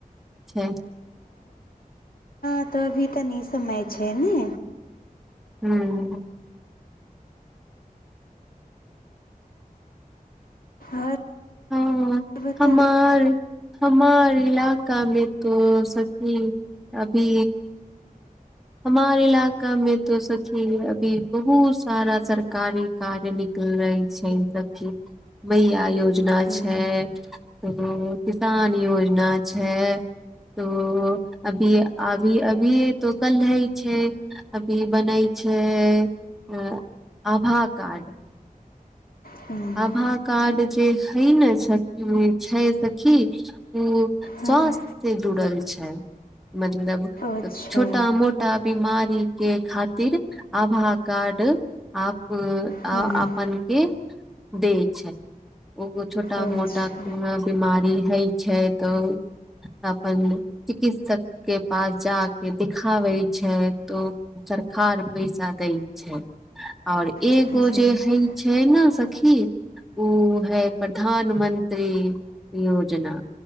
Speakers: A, in the centre; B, on the left.
A: छै
B: तऽ अभी तनी समय छै ने
A: ह्म
B: आओर
A: हँ
B: बताउ
A: हमार हमार इलाकामे तो सखी अभी हमार इलाका मे तो सखी अभी बहुत सारा सरकारी कार्य निकल रह छै ई सखी भैया योज योजना
B: हम्म,
A: छै तो किसान योजना छै तो अभी अभी अभी हे तो कले ही छै अभी बनई छै ए आभा कार्ड
B: हम्म,
A: आभा कार्ड जे हइ ने छै सखी उ
B: हँ
A: स्वास्थ्य से जुड़ल छै मतलब
B: अच्छा
A: छोटा मोटा बीमारी के खातिर आभा कार्ड आप आप
B: हँ
A: आपनके दै छै ओ गो छोटा
B: अच्छा
A: मोटा बिमारी हेइ छै तऽ अपन चिकित्सक के पास जााकेऽ देखिाबै छै तो सरकार पैसा दै छै ओर एगो
B: जी जी
A: जे हय छै ने खी उ हइ प्रधानमंत्री योजना